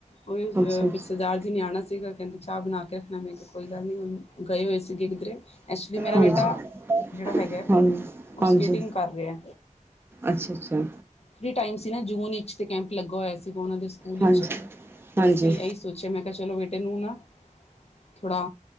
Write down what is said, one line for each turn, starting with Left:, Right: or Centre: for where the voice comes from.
Left: ਉਹ
Right: ਅੱਛਾ ਅੱਛਾ
Left: ਸਰਦਾਰ ਜੀ ਨੇ ਆਣਾ ਸੀ। ਸੀਗਾ ਕਹਿੰਦੇ ਚਾਹ ਬਣਾ ਕੇ ਰੱਖਣਾ, ਮੈਂ ਕਿਹਾ ਕੋਈ ਗੱਲ ਨੀ। ਹੁਣ ਗਏ ਹੋਏ ਸੀਗੇ ਕਿੱਧਰੇ। ਐਸੂਲੀ ਮੇਰਾ
Right: ਹਾਂਜੀ
Left: ਬੇਟਾ ਜਿਹੜਾ ਹੈਗਾ,
Right: ਹਾਂਜੀ
Left: ਉਹ
Right: ਹਾਂਜੀ
Left: ਸਕੇਟਿੰਗ ਕਰ ਰਿਹਾ।
Right: ਅੱਛਾ ਅੱਛਾ
Left: ਫਰੀ ਟਾਈਮ ਸੀ ਨਾ ਜੂਨ 'ਚ, ਕੈਂਪ ਲੱਗਾ ਹੋਇਆ ਸੀਗਾ ਉਹਨਾਂ ਦੇ ਸਕੂਲ
Right: ਹਾਂਜੀ
Left: 'ਚ
Right: ਹਾਂਜੀ
Left: ਤੇ ਅਸੀਂ ਇਹੀ ਸੋਚਿਆ ਮੈਂ ਕਿਹਾ ਚਲੋ, ਬੇਟੇ ਨੂੰ ਨਾ ਥੋੜ੍ਹਾ